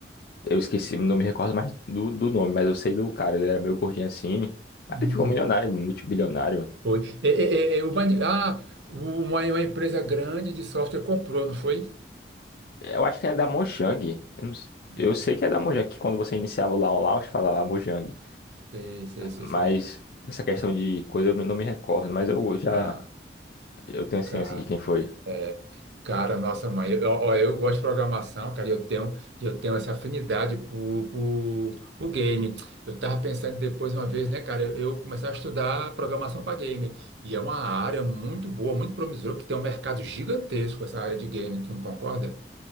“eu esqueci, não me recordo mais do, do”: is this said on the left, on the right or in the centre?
Left